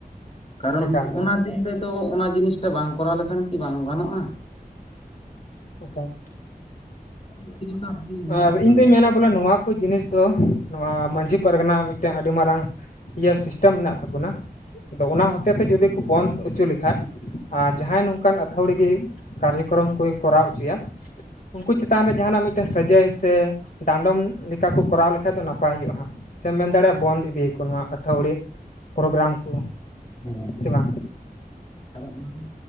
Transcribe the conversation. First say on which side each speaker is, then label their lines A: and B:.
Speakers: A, on the left; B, on the left.
A: ᱠᱟᱨᱚᱱ
B: ᱮᱠᱟᱞ ᱮᱠᱟᱞ
A: ᱚᱱᱟ ᱫᱤᱱ ᱨᱮᱫᱚ ᱚᱱᱟ ᱡᱤᱱᱤᱥᱴᱟ ᱵᱟᱝ ᱠᱚᱨᱟᱣ ᱞᱮᱠᱷᱟᱱ ᱠᱤ ᱵᱟᱝ ᱜᱟᱱᱚᱜᱼᱟ
B: ᱚᱠᱟᱞ
A: ᱟᱹᱰᱤ ᱟᱹᱰᱤ ᱡᱚᱠᱷᱟ ᱦᱚᱲᱤᱧ
B: ᱟᱨ
A: ᱧᱮᱞᱮᱫ ᱠᱚᱣᱟ
B: ᱤᱧ ᱫᱩᱧ
A: ᱟᱨᱠᱤ
B: ᱢᱮᱱᱟ ᱵᱚᱞᱮ ᱱᱚᱣᱟ ᱠᱚ ᱡᱤᱱᱤᱥ ᱫᱚ ᱱᱚᱣᱟ ᱢᱟᱺᱡᱷᱤ ᱯᱟᱨᱜᱟᱱᱟ ᱢᱤᱫᱴᱮᱱ ᱟᱹᱰᱤ ᱢᱟᱨᱟᱝ ᱤᱭᱟᱹ ᱥᱤᱥᱴᱮᱢ ᱢᱮᱱᱟᱜ ᱛᱟᱵᱚᱱᱟ ᱟᱫᱚ ᱚᱱᱟ ᱦᱚᱛᱮ ᱛᱮ ᱡᱩᱫᱤ ᱠᱚ ᱵᱚᱱᱫᱷ ᱦᱚᱪᱚ ᱞᱮᱠᱷᱟᱱ ᱟᱨ ᱡᱟᱦᱟᱸᱭ ᱱᱚᱝᱠᱟᱱ ᱟᱛᱷᱟᱹᱣᱲᱤ ᱜᱮ ᱠᱟᱨᱭᱚᱠᱨᱚᱢ ᱠᱚᱭ ᱠᱚᱨᱟᱣ ᱦᱚᱪᱚᱭᱟ ᱩᱱᱠᱩ ᱪᱮᱛᱟᱱ ᱨᱮ ᱡᱟᱦᱟᱱᱟᱜ ᱢᱤᱫ ᱢᱤᱫᱴᱮᱱ ᱥᱟᱹᱡᱟᱹᱭ ᱥᱮ ᱰᱟᱸᱰᱚᱢ ᱞᱮᱠᱟ ᱠᱚ ᱠᱚᱨᱟᱣ ᱞᱮᱠᱷᱟᱡ ᱫᱚ ᱱᱟᱯᱟᱭ ᱦᱩᱭᱩᱜᱼᱟ ᱦᱟᱸᱜ ᱥᱮᱢ ᱢᱮᱱ ᱫᱟᱲᱮᱭᱟᱜᱼᱟ ᱵᱚᱱᱫ ᱤᱫᱤᱭᱟᱠᱚ ᱱᱚᱣᱟ ᱟᱹᱛᱷᱣᱲᱤ ᱯᱨᱳᱜᱨᱟᱢ ᱠᱚ
A: ᱦᱮᱸ
B: ᱥᱮ ᱵᱟᱝ
A: ᱟᱫᱚ ᱚᱱᱟ ᱠᱚ